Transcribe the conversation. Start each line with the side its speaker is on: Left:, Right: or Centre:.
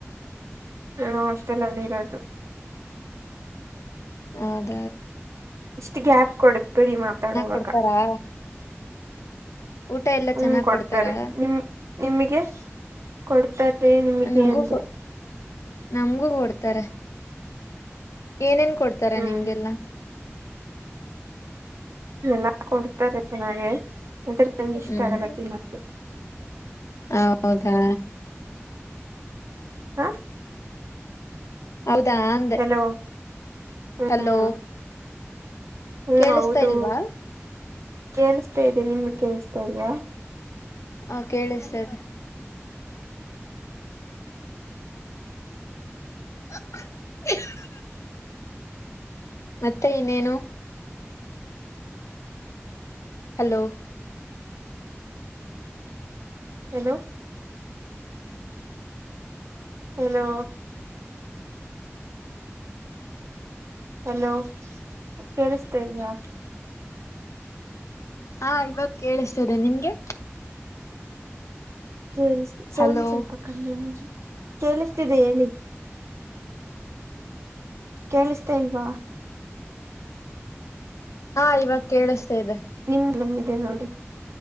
Right: ನಾನು ಹಾಸ್ಟೆಲ್ ಅಲ್ಲಿ ಇರದು.
Left: ಹೌದ
Right: ಇಷ್ಟು ಗ್ಯಾಪ್ ಕೊಡಬೇಡಿ ಮಾತಾಡೋವಾಗ
Left: ಕೊಡ್ತಾರಾ ಊಟ ಎಲ್ಲಾ
Right: ಹ್ಮ
Left: ಚೆನ್ನಾಗ್
Right: ಕೊಡ್ತಾರೆ
Left: ಕೊಡ್ತಾರಾ
Right: ನಿಮ ನಿಮಗೆ ಕೊಡ್ತಾರೆ ನಿಮಗೆ
Left: ನಮಗೂ
Right: ಅಂದೆ
Left: ನಮ್ಗೂ ಕೊಡ್ತಾರೆ ಏನೇನ್ ಕೊಡ್ತಾರ
Right: ಹ್ಮ್
Left: ನಿಮ್ಗೆಲ್ಲಾ
Right: ಎಲ್ಲಾ ಕೊಡ್ತಾರೆ ಚೆನ್ನಾಗೆ ಆದ್ರೆ ನಂಗ ಇಷ್ಟ
Left: ಹ್ಮ್
Right: ಆಗಲ್ಲ ತಿನಕ್ಕೆ
Left: ಹೌದಾ
Right: ಹ
Left: ಹೌದಾ ಅಂದೆ
Right: ಹಲೋ ಹ್ಮ್
Left: ಹಲೋ
Right: ಹ್ಮ್
Left: ಕೇಳಿಸ್ತಾ
Right: ಹೌದು
Left: ಇಲ್ವಾ
Right: ಕೇಳಸ್ತಾ ಇದೆ ನಿಮ್ಗೆ ಕೇೇಳಿಸ್ತ ಇಲ್ವಾ.
Left: ಹ ಕೇಳಿಸ್ತದೆ. <inaudible> ಮತ್ತೆ ಇನ್ನೇನು ಹಲೋ
Right: ಹಲೋ ಹಲೋ ಹಲೋ ಕೇಳಿಸ್ತಾ ಇದಿಯಾ
Left: ಹಾ ಇವಾಗ ಕೇಳಿಸ್ತದೆ ನಿಮ್ಗೆ
Right: ಕೇಳಿಸ ಸೌಂಡ್
Left: ಹಲೋ
Right: ಸ್ವಲ್ಪ ಕಡಿಮೆ ಮಾಡು ಕೇಳಿಸ್ತಿದೆ ಹೇಳಿ. <inaudible> ಕೇಳಿಸ್ತಾ ಇಲ್ವಾ.
Left: ಹಾ ಇವಾಗ ಕೇಳಿಸ್ತೇ ಇದೆ.
Right: ನಿಮ್ ನಂಬಿದೆ ನೋಡ್ರಿ